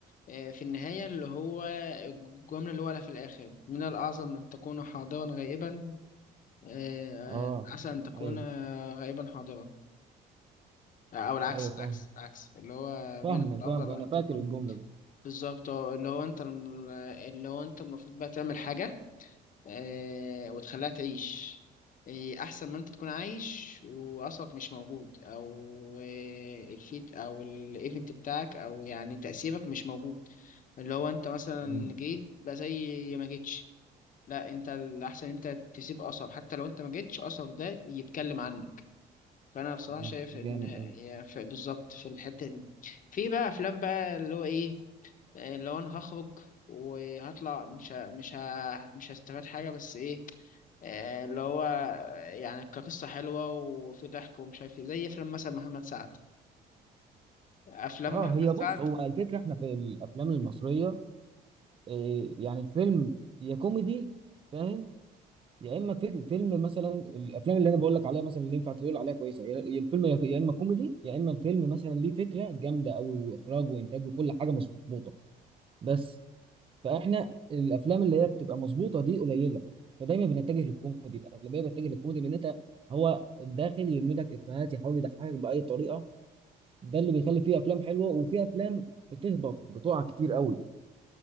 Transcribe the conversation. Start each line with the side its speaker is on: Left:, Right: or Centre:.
Left: آه، في النهايه اللي هو الجمله اللي هو قالها في الاخر من الاعظم ان تكون حاضرا غائبا آه،
Right: اه
Left: آه، احسن ان تكون
Right: ايوه
Left: آه، غائبا حاضرا او العكس
Right: ايوه
Left: العكس
Right: فاهم
Left: العكس اللي هو
Right: فاهمك
Left: من الافضل
Right: فاهمك انا
Left: ان
Right: فاكر
Left: تكون
Right: الجمله بس
Left: بالظبط آه، اللي هو انت الم- اللي هو انت المفروض بقى تعمل حاجه آه، وتخليها تعيش آه، أحسن ما أنت تكون عايش وأصلك مش موجود أو آه، الفيد أو الإيفنت بتاعك أو يعني تأثيرك مش موجود اللي هو أنت مثلا
Right: امم
Left: جيت بقى زي ما جيتش لا أنت الأحسن أنت تسيب أثر حتى لو أنت ما جيتش أثرك ده يتكلم عنك فأنا بصراحة
Right: اه
Left: شايف إن
Right: جامد
Left: يعني
Right: قوي
Left: في- بالظبط في الحتة دي في بقى أفلام بقى اللي هو إيه اللي هو انا هخرج وهطلع مش ه... مش ه... مش هستفاد حاجه بس ايه آه، اللي هو يعني كقصه حلوه وفي ضحك ومش عارف ايه زي افلام مثلا محمد سعد افلام
Right: اه
Left: محمد
Right: هي بص
Left: سعد
Right: هو الفكره احنا في الافلام المصريه إيه يعني الفيلم يا كوميدي فاهم يا اما في- فيلم مثلا الافلام اللي انا بقول لك عليها مثلا اللي ينفع تقول عليها كويسه يا يا الفيلم يا يا اما كوميدي يا اما الفيلم مثلا ليه فكره جامده قوي واخراج وانتاج وكل حاجه مظبوطه بس فاحنا الافلام اللي هي بتبقى مظبوطه دي قليله فدايما بنتجه للكوميدي الاغلبيه بتتجه للكوميدي لان انت هو داخل يرمي لك افيهات يحاول يضحكك باي طريقه ده اللي بيخلي فيه افلام حلوه وفي افلام بتهبط بتقع كتير قوي